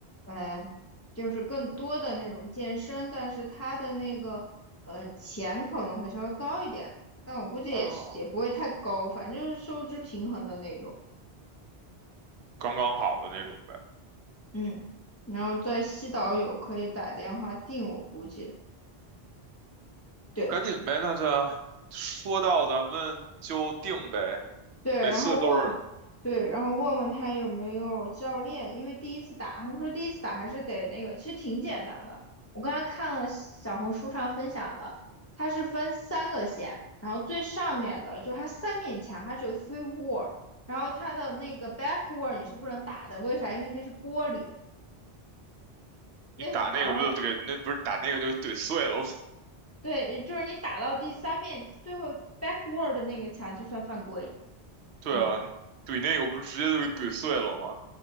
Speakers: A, on the left; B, on the right.
A: 呃，就是更多的那种健身，但是它的那个呃钱可能会稍微高一点，但我估计也是也不会太高，
B: 啊，
A: 反正就是收支平衡的那种，
B: 刚刚好的那种呗。
A: 嗯，然后在西岛有可以打电话订，我估计。对。
B: 赶紧呗，那就说到咱们就定呗。
A: 对，然后问，
B: 每次都是
A: 对，然后问问他有没有教练，因为第一次打，他们说第一次打还是得那个，其实挺简单的。我刚才看了小红书上分享的，它是分三个线，然后最上面的就它三面墙，它只有 three wall，然后它的那个 back wall 你是不能打的，为啥？因为那是玻璃，那是门儿，
B: 你打那个，不就给那不是打那个就给怼碎了？
A: 对，就是你打到第三面最后 back wall 的那个墙就算犯规，
B: <laughs> 对啊，
A: 嗯。
B: 你怼那个不是直接就给怼碎了吗？